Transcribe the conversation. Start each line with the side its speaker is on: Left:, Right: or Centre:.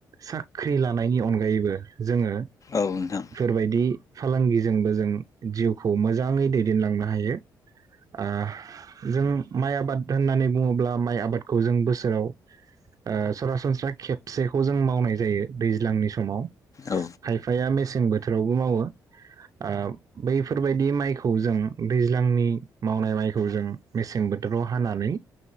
Right: साख्रि लानायनि अनगायैबो जोङो
Left: औ नोंथां
Right: बादि फालांगिजोंबो जों जिउखौ मोजाङै दैदेनलांनो हायो ओ जों माइ आबाद होननानै बुङोब्ला माइ आबादखौ जों बोसोराव ओ सरासनस्रा खेबसेखौ जों मावनाय जायो दैज्लांनि समाव।
Left: औ
Right: खायफाया मेसें सें बो थोरावबो मावो ओ बैफोरबायदि माइखौ जों दैज्लांनि मावनाय माइखौ जों मेसें बोथोराव हानानै